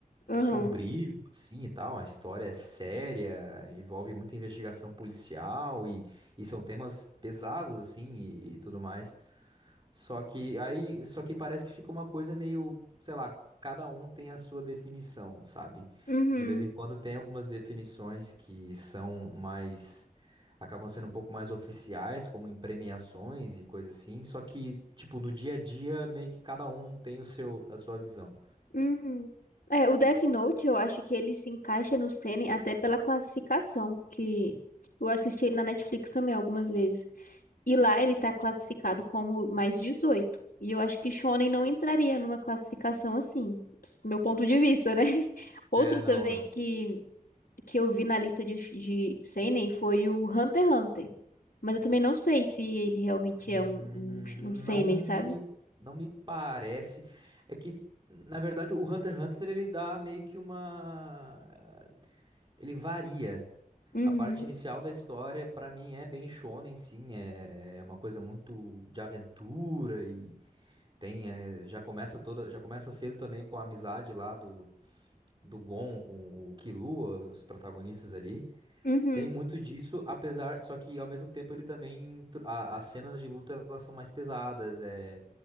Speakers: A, on the left (about 85°); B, on the right (about 35°).
A: uhum,
B: sombrio, assim e tal. A história é séria, envolve muita investigação policial e, e são temas pesados, assim, e, e tudo mais. Só que aí, só que parece que fica uma coisa meio, sei lá, cada um tem a sua definição, sabe?
A: uhum.
B: De vez em quando tem algumas definições que são mais. Acabam sendo um pouco mais oficiais, como em premiações e coisa assim. Só que, tipo, no dia a dia, meio que cada um tem o seu, a sua visão.
A: Uhum. É, o Death Note, eu acho que ele se encaixa no Seinen até pela classificação, que eu assisti ele na Netflix também algumas vezes. E lá ele tá classificado como mais dezoito E eu acho que Shonen não entraria numa classificação assim, ps- meu ponto de vista, né? <laughs> Outro
B: É, não.
A: também que, que eu vi na lista de, de Seinen foi o Hunter x Hunter. Mas eu também não sei se ele realmente
B: Hum,
A: é um, um, um Seinen,
B: não
A: sabe?
B: me, não me parece. É que, na verdade, o Hunter x Hunter ele dá meio que uma. Ele varia.
A: Uhum.
B: A parte inicial da história, pra mim, é bem shonen, sim. É é uma coisa muito de aventura e tem. é, já começa toda, já começa cedo também com a amizade lá do, do Gon com o Killua, os protagonistas ali.
A: Uhum.
B: Tem muito disso, apesar, só que ao mesmo tempo ele também, tr- a- as cenas de luta elas são mais pesadas, é,